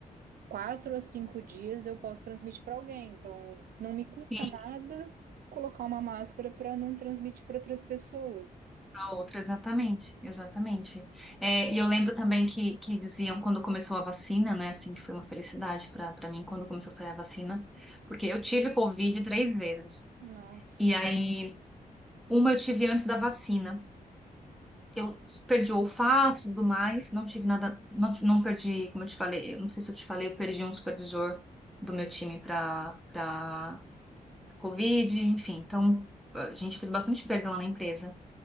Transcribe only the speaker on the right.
quatro a cinco dias eu posso transmitir para alguém. Então, não me custa
nada colocar uma máscara para não transmitir para outras pessoas.
Nossa,